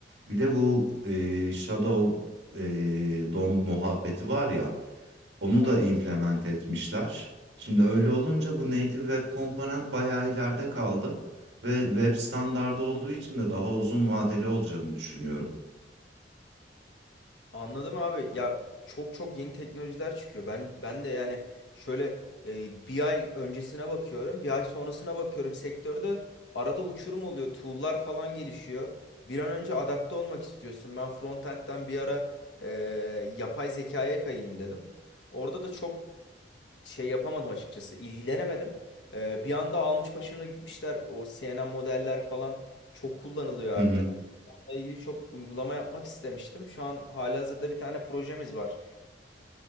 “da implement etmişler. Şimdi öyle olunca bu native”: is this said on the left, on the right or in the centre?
Right